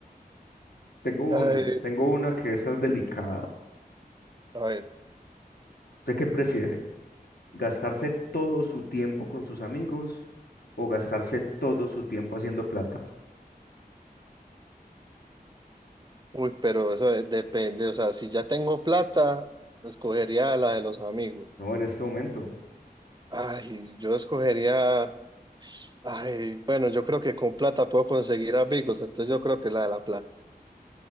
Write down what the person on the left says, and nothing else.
Tengo
una, tengo una que esa es delicada.
¿Usted qué prefiere? ¿Gastarse todo su tiempo con sus amigos o gastarse todo su tiempo haciendo plata?
No, en este momento.